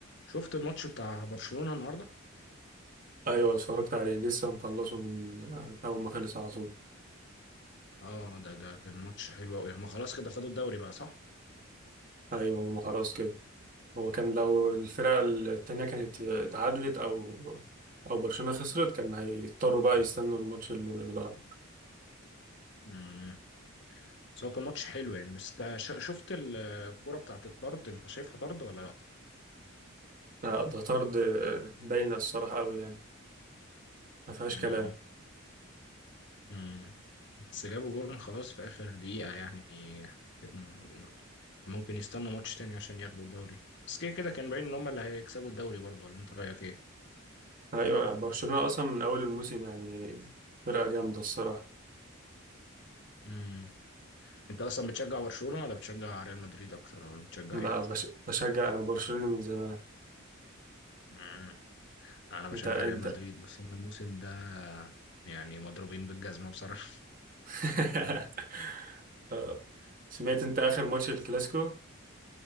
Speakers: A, on the left (about 55°); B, on the right (about 40°).
A: شفت الماتش بتاع برشلونة النهارده
B: ايوه اتفرجت عليه لسه مخلصه من اول ما خلص على طول
A: اه ده ده كان ماتش حلو قوي هما خلاص كده خدوا الدوري بقى صح
B: ايوه ما خلاص كده هو كان لو الفرقه التانيه كانت اتعادلت او او برشلونه خسرت كان هيضطروا بقى يستنوا الماتش اللي بعده
A: امم بس هو كان ماتش حلو يعني بس انت ش- شفت ال- الكوره بتاعت الطرد انت شايفها طرد ولا لا
B: آه، ده طرد باينه الصراحه قوي يعني ما فيهاش
A: امم
B: كلام
A: امم بس جابوا جول خلاص في اخر دقيقة يعني كان- ممكن يستنوا ماتش تاني عشان ياخدوا الدوري بس كده كده كان باين ان هما اللي هيكسبوا الدوري برضه ولا انت رايك ايه
B: ايوه برشلونه اصلا من اول الموسم يعني فرقه جامده الصراحه
A: امم انت اصلا بتشجع برشلونة ولا بتشجع ريال مدريد اكتر ولا بتشجع
B: لا بش... بشجع انا برشلونه من زمان
A: ايه انا بشجع
B: انت انت
A: ريال مدريد بس هم الموسم ده يعني مضروبين بالجزمة بصراحة
B: <laughs> آه، سمعت انت اخر ماتش الكلاسيكو